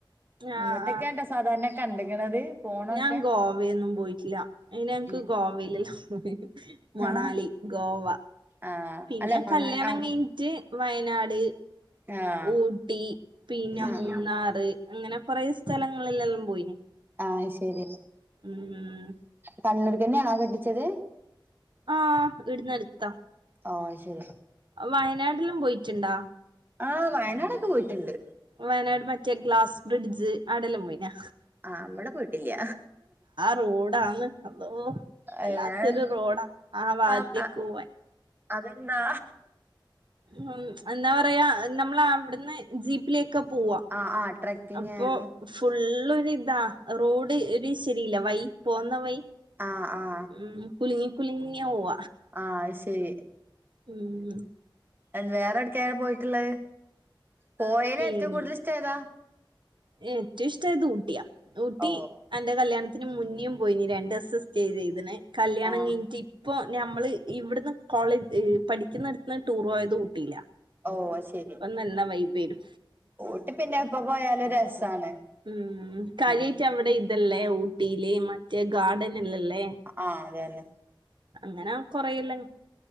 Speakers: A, on the right (about 25°); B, on the right (about 65°).
A: ഇന്ന്ട്ടക്കെണ്ടോ
B: ആഹ് ആഹ്
A: സാധാര്ണെ കണ്ട്ക്ക്ണത്. പോണൊക്കെ
B: ഞാൻ ഗോവേന്നും പോയിട്ടില്ല അയ്ന് ഞങ്ങക്ക്
A: ഉം
B: ഗോവയിലെല്ലാം <unintelligible> മണാലി,
A: ആഹ്
B: ഗോവ
A: ആഹ്
B: പിന്നെ
A: അല്ല മണാ
B: കല്യാണം
A: ആഹ്
B: കഴിഞ്ഞിട്ട് വയനാട്,
A: ആഹ്
B: ഊട്ടി പിന്നെ
A: ആഹ്
B: മൂന്നാർ അങ്ങനെ കൊറെ സ്ഥലങ്ങളിലെല്ലാം പോയിന്
A: ആഹ് അയ് ശെരി.
B: ഉം
A: കണ്ണൂർക്കെന്നെണോ കെട്ടിച്ചത്?
B: ആഹ് ഇടുന്നടുത്താ
A: ആഹ് അയ് ശെരി.
B: വയനാട്ടിലും പോയിട്ട്ണ്ടാ?
A: ആഹ് വയനാടൊക്കെ പോയിട്ട്ണ്ട്.
B: വയനാട് മറ്റേ ഗ്ലാസ് ബ്രിഡ്ജ് ആടല്ലാം പോയിനാ?
A: ആഹ് അവടെ പോയിട്ടില്ല.
B: റോഡന്ന് അള്ളോ വല്ലാത്തൊരു
A: ഏഹ്
B: റോഡാ ആ ഭാഗത്തേക്കോവാൻ
A: ആഹ് ആഹ് അതെന്താ
B: ഉം എന്താ പറയാ നമ്മള അവിടുന്ന് ജീപ്പിലേ ഒക്കെ പോവാ
A: ആഹ് ആഹ് ട്രക്കിങ്
B: അപ്പൊ
A: ആണ്
B: ഫുുള്ളൊര് ഇതാ റോഡ് ഒരു ശരിയില്ല വൈ പോകുന്ന വൈ
A: ആഹ ആഹ
B: ഉം കുലുങ്ങി കുലുങ്ങിയ പോവ
A: ആഹ ശരി
B: ഉം
A: വേറെ എവിടക്ക ആര പോയിട്ടുള്ളത് പോയല
B: പിന്നെ
A: എത്തി കൂടുതൽസ്ട ഏതാ
B: ഏറ്റവും ഇഷ്ടമായത് ഊട്ടിയാ ഊട്ടി
A: ഓ
B: എന്റെ കല്യാണത്തിന് മുന്നിം പോയി നീ രണ്ട ദിവസം സ്റ്റേ ചെയ്തിന് കല്യാണം
A: ആഹ്
B: കഴിഞ്ഞിട്ട് ഇ ഇപ്പോൾ ഞമ്മൾ ഇവിടുന്ന് കോളേജ് പഠിക്കുന്നിടുത്തന്ന് ടൂർ പോയത് കൂട്ടിയില്ല
A: ഓ ശരി
B: അപ്പൊ നല്ല വൈബെന്നു
A: ഊട്ടി പിന്നെ എപ്പോ പോയാലും രസാണ്
B: ഉം കാര്യായിട്ട്
A: ഉം
B: അവിടെ ഇതല്ലേ ഊട്ടിയില് മറ്റേ ഗാർഡൻ ഇല്ല അല്ലെ
A: ആഹ അതെ അതെ
B: അങ്ങനെ കൊറയല്ലാം